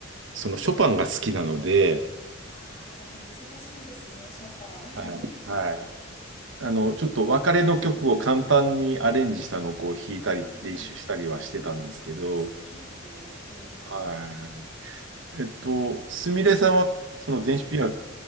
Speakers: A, on the right; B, on the left.
A: そのショパンが好きなので、
B: ああー、なら難しいですね、ショパン。<laughs>
A: はい、はい。あの、ちょっと別れの曲を簡単にアレンジしたのをこう弾いたり、
B: ええええあ、
A: 練習したりはしてたんですけど、
B: 素敵ですね。ええ
A: はい。えっと、すみれさんは、その電子ピアノ、
B: はい。